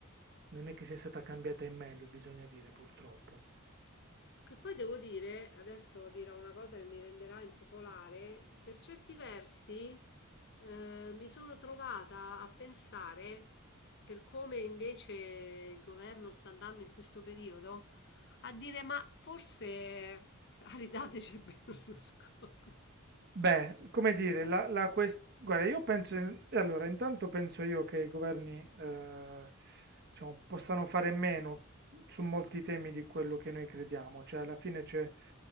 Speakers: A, on the right; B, on the left.
A: non è che sia stata cambiata in meglio, bisogna dire, purtroppo.
B: Che poi devo dire, adesso dirò una cosa che mi renderà impopolare, per certi versi eh, mi sono trovata a pensare, per come invece il governo sta andando in questo periodo, a dire ma forse aridateci Berlusconi.
A: Beh, come dire, la, la quest- guarda, io penso, in- allora, intanto penso io che i governi, eh, diciamo, possano fare meno su molti temi di quello che noi crediamo, cioè alla fine c'è